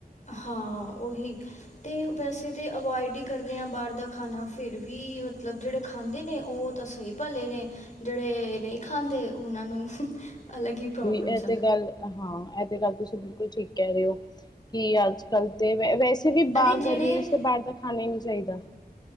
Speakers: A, on the left; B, on the left.
A: ਹਾਂ ਉਹੀ ਤੇ ਵੈਸੇ ਤੇ ਅਵਾਇਡ ਹੀ ਕਰਦੇ ਹਾਂ ਬਾਹਰ ਦਾ ਖਾਣਾ, ਫਿਰ ਵੀ ਮਤਲਬ ਜੇੜੇ ਖਾਂਦੇ ਨੇ ਉਹ ਤਾਂ ਸਹੀ ਭਾਲੇ ਨੇ। ਜਿਹੜੇ ਨਹੀਂ ਖਾਂਦੇ ਉਹਨਾਂ ਨੂੰ ਅਲੱਗ ਹੀ ਪ੍ਰੋਬਲਮਸ
B: ਜੀ ਇਹ
A: ਆ
B: ਤੇ ਗੱਲ ਹਾਂ ਇਹ ਤੇ ਗੱਲ ਤੁਸੀਂ ਬਿਲਕੁਲ ਠੀਕ ਕਹਿ ਰਹੇ ਹੋ ਕਿ ਅੱਜ ਅਜ ਕੱਲ ਤੇ ਵੈਸੇ ਵੀ
A: ਅਰੇ
B: ਬਾਰ
A: ਜਿਹੜੇ
B: ਗਰਮੀਆਂ ਚ ਬਾਹਰ ਦਾ ਖਾਣਾ ਹੀ ਨਹੀਂ ਚਾਈਦਾ।